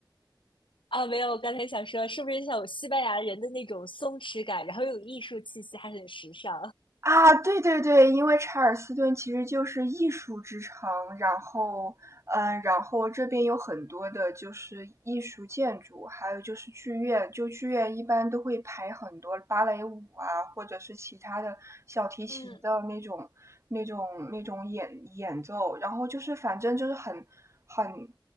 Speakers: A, on the left; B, on the right.
A: 啊，没有，我刚才想说，是不是像有西班牙人的那种松弛感，然后又有艺术气息，还很时尚？
B: 啊，对对对，因为查尔斯顿其实就是艺术之城，然后，嗯，然后这边有很多的就是艺术建筑，还有就是剧院，就剧院一般都会排很多芭蕾舞啊，或者是其他的小提琴的那种、
A: 嗯
B: 那种、那种演演奏，然后就是反正就是很很，